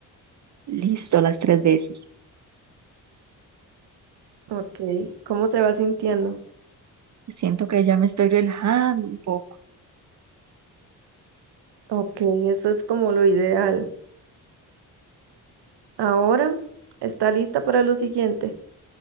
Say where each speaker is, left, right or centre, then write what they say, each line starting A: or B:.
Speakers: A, on the right (about 40°); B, on the right (about 65°).
A: listo las tres veces.
B: Ok, ¿cómo se va sintiendo?
A: Siento que ya me estoy relajando un poco.
B: Ok, eso es como lo ideal. Ahora, ¿está lista para lo siguiente?